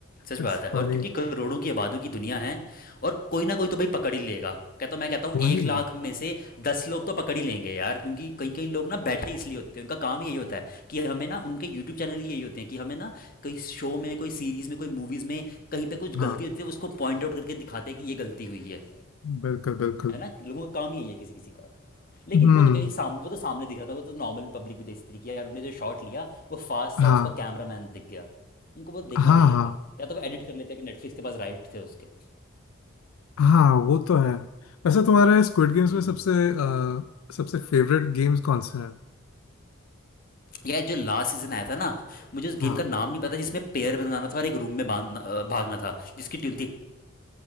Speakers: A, on the left (about 40°); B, on the left (about 85°).
A: सच
B: It's
A: बात है और
B: funny
A: क्योंकि करोड़ों की आबादों की दुनिया है और कोई ना कोई तो भाई पकड़ ही लेगा कहता मैं कहता हूँ
B: वही
A: एक लाख में से दस लोग तो पकड़ ही लेंगे यार क्योंकि कई कई लोग ना बैठे इसलिए होते हैं उनका काम ही यही होता है कि हमें ना उनके यूट्यूब चैनल ही यही होते हैं कि हमें ना कोई शो में कोई सीरीज में कोई मूवीज में कहीं पे कुछ
B: हाँ
A: गलती होती है उसको पॉइंट आउट करके दिखाते हैं कि ये गलती हुई है
B: बिल्कुल बिल्कुल
A: है ना लोगों का काम ही यही है किसी किसी का लेकिन
B: हम्म
A: वो तो भाई सामने वो तो सामने दिख रहा था वो तो नॉर्मल पब्लिक भी देख सकती थी कि यार उन्होंने जो शॉट लिया वो फास्ट
B: हाँ
A: था उसका कैमरामैन दिख गया उनको वो देखना
B: हाँ
A: चाहिए
B: हाँ
A: था या तो वो एडिट कर लेते कि नेटफ्लिक्स के पास राइट थे उसके
B: हाँ वो तो है वैसे तुम्हारे स्क्विड गेम्स
A: हम्म
B: में सबसे अ, सबसे फेवरेट गेम्स कौन से हैं
A: यार जो लास्ट सीजन आया था ना मुझे उस गेम
B: हाँ।
A: का नाम नहीं पता जिसमें पेयर बनाना था और एक रूम में बांधना अ, भागना था जिसकी ट्यून थी